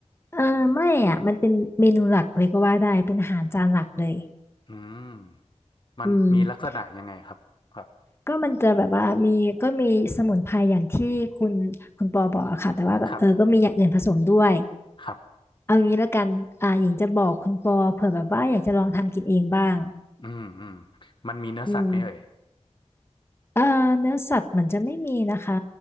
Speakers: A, on the left; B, on the left.
A: เออไม่อ่ะมันเป็นเมนูหลักเลยก็ว่าได้เป็นอาหารจานหลักเลย
B: อืมมันมีลักษณะยังไงครับครับ
A: อืมก็มันจะแบบว่ามีก็มีสมุนไพรอย่างที่คุณคุณปอบอกอะค่ะแต่ว่าก็เออก็มีอย่างอื่นผสมด้วย
B: ครับครับ
A: เอางี้ละกันอ่าหญิงจะบอกคุณปอเผื่อแบบว่าอยากจะลองทำกินเองบ้าง
B: อืมอืมมันมีเนื้อสัตว์ไหมเอ่ย
A: อืม เอ่อเนื้อสัตว์มันจะไม่มีนะคะ